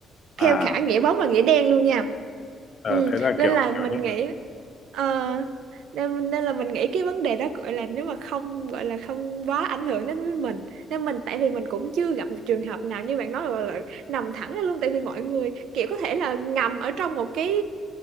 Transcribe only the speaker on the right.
theo
cả nghĩa bóng và nghĩa đen luôn nha
ừ,
nên
là mình
nghĩ ờ, nên, nên là mình nghĩ cái vấn đề đó gọi là nếu mà không gọi là không quá ảnh hưởng đến với mình nên mình tại vì mình cũng chưa gặp một trường hợp nào như bạn nói là, là nằm thẳng ra luôn tại vì mọi người kiểu có thể là ngầm ở trong một cái